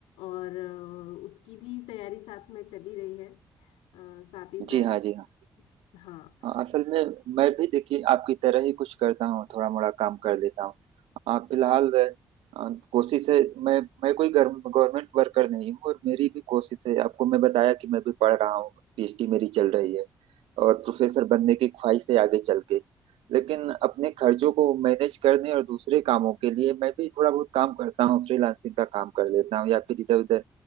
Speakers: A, on the left; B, on the right.
A: और अ, उसकी भी तैयारी साथ में चली रही है अ, साथ ही साथ
B: जी हाँ जी हाँ
A: हाँ
B: अ, असल में मैं भी देखिए आपकी तरह ही कुछ करता हूँ थोड़ा मोड़ा काम कर लेता हूँ अ, फिलहाल अ, कोशिश है मैं मैं कोई गवर्नमेंट वर्कर नहीं हूँ और मेरी भी कोशिश है आपको मैं बताया कि मैं भी पढ़ रहा हूँ पीएचडी मेरी चल रही है और प्रोफेसर बनने की ख्वाहिश है आगे चल के लेकिन अपने खर्चों को मैनेज करने और दूसरे कामों के लिए मैं भी थोड़ा बहुत काम करता हूँ फ्रीलांसिंग का काम कर लेता हूँ या फिर इधर उधर